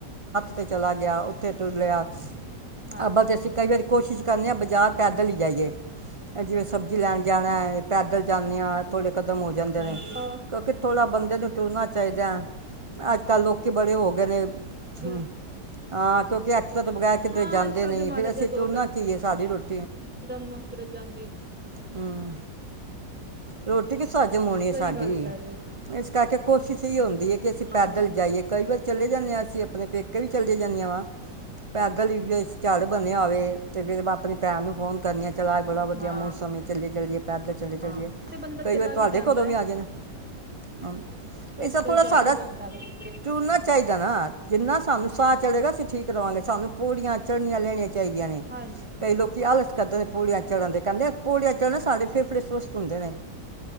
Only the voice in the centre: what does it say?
ਹਾਂ
ਹਾਂਜੀ
ਉਹ
ਬਿਲਕੁਲ
ਬਿਲਕੁਲ
ਹਾਂ
ਅੱਜ ਕੱਲ
ਦੇ
ਮਾੜਾ ਜਿਹਾ
ਦੋ
ਕਦਮ ਮਤ ਰਜ ਜਾਂਦੇ ਨੇ
ਸਹੀ ਗੱਲ ਕਹਿ ਰਹੇ ਹੋ
ਹਾਂ
ਹਾਂ
ਹਾਂ ਤੇ ਬੰਦਾ
ਚਲਾ
ਜਾਂਦਾ
ਹੈ
ਕੋਈ
ਸਗਲ
ਜਾਇਆ
ਜਾਂਦਾ ਵੇ ਕਿਧਰੇ
ਵੀ
ਹਾਂਜੀ